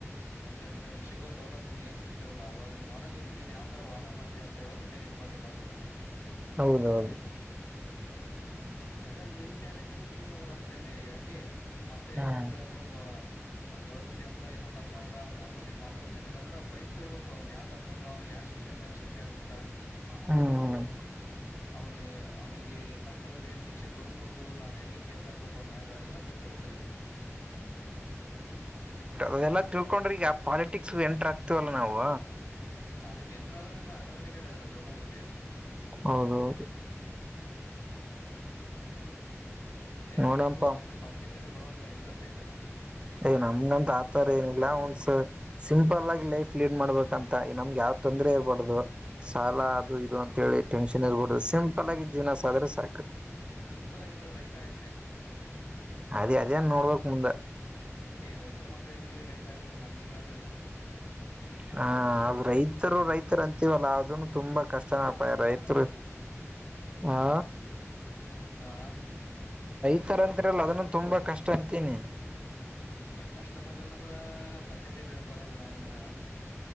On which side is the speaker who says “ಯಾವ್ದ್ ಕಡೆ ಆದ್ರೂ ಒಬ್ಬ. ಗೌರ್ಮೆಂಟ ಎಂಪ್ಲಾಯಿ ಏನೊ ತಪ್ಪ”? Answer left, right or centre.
Left